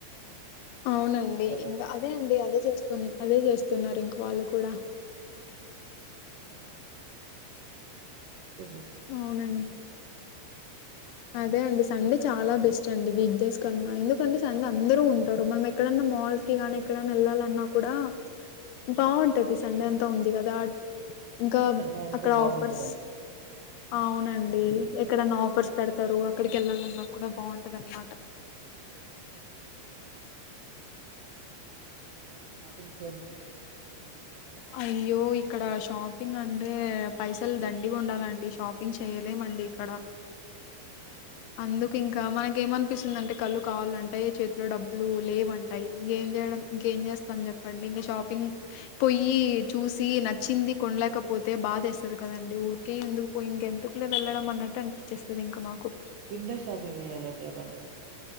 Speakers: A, on the left; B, on the right.
A: అవునండి
B: కదా
A: ఇంకా అదే అండి అదే చేస్తుఉన్ అదే చేస్తు తున్నారు ఇంకా వాళ్ళు కూడా
B: ఆ అలై పెద్ద స్కిమ్
A: అవునండి
B: లేకుంటే కష్టం మావూ
A: అదే అండి సండే చాలా బెస్ట్ అండి వీక్ డేస్ ఎందుకంటే సండే అందరూ ఉంటారు. మనం ఎక్కడన్నా మాల్స్ కి గానీ ఎక్కడైనా వెళ్ళాలన్నా కూడా
B: హ్మ్.
A: దావుంటది. సండే అం తొ ఉంది. కదా ఆడ్
B: ఆ!
A: ఇంకా అప్
B: సండే అంతే
A: అక్కడ
B: బాగుంటదండి
A: ఆఫర్స్ అవునండి. ఎక్కడన్నా ఆఫర్స్ పెడతారు. అక్కడికి వెళ్ళాలన్నా కూడా బాగుంటది. అన్నమాట
B: అవునండి మరి షాపింగ్స్ ఏమి చెయ్యలేదా. అండి ఈరోజు వీకెండ్ కదా
A: అయ్యో ఇక్కడ షా పింగ్ అంటే పైసలు దండిగా ఉండాలండి. షాపింగ్ చేయలేమండి. ఇక్కడ
B: అవునా
A: అందుకు
B: ఏమేం
A: ఇంకా
B: చేయాలి
A: మనకి ఏమనిపిస్తుంది. అంటే కళ్ళు కావాలంటాయి. చేతిలో డబ్బులు లేవంటాయి. ఇంకేం చేయడం ఇంకేం చేస్తాం చెప్పండి. ఇంకా షాపింగ్ పొయ్యి చూసి నచ్చింది. కొనలేకపోతే బాదేస్తుంది. కదండి. ఊరికే ఎందుకు పోయి ఇంకెందుకులే వెళ్ళడం అన్నట్టు అనిపించేస్తుంది. ఇంక మాకు
B: విండో షాపింగ్ చేయాలండి అలాంటప్పుడు